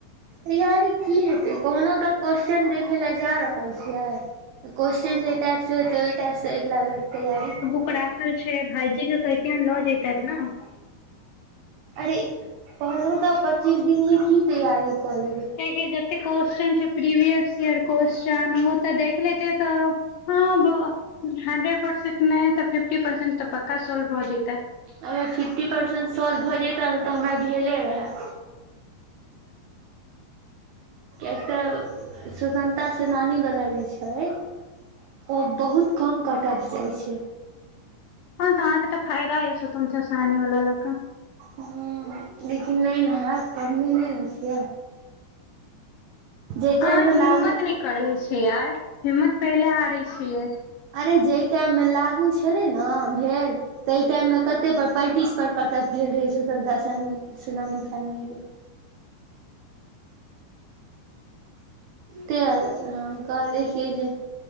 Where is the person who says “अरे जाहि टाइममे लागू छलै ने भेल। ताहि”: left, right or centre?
Right